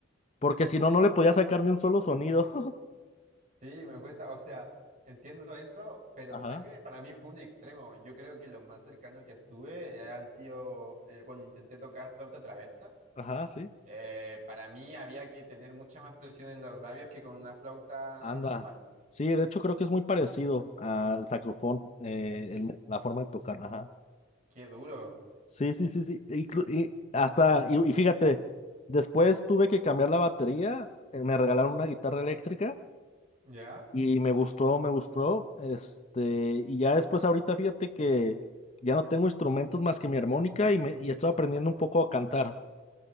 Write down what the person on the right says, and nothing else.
Sí, me cuesta, o sea, entiendo eso, pero
sangre para mí fue un extremo. Yo creo que lo más cercano que estuve eh, han sido eh, cuando intenté tocar flauta traversa
Eh, para mí había que tener mucha más presión en los labios que con una flauta
normal.
Sí,
qué duro.
¿Ya?